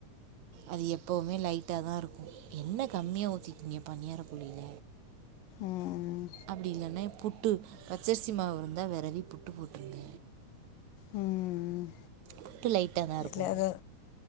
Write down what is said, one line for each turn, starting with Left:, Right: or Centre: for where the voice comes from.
Right: அது எப்பவுமே லைட்டாதா இருக்கு எண்ண கம்மியா ஊத்திக்கிங்க பணியார குழில
Left: ம்
Right: அப்டி இல்லன்னா புட் டு பச்சரிசி மாவு இருந்தா வெரவி புட்டு போட்ருங்க
Left: ம்
Right: புட்டு லைட்டாதா இருக்கு
Left: இல்லை அது